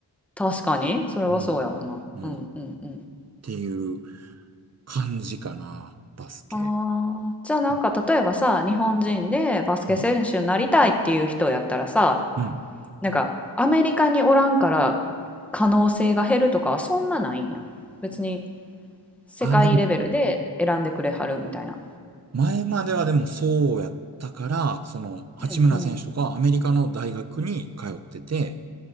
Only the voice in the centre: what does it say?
確かに。それはそうやわな。
うんうんうん。
ああ、じゃあなんか例えばさ、
日本人でバスケ選手になりたいっていう人やったらさ、
なんかアメリカにおらんから可能性が減るとかはそんなないんや。別に世界レベルで選んでくれはるみたいな。
うんうん。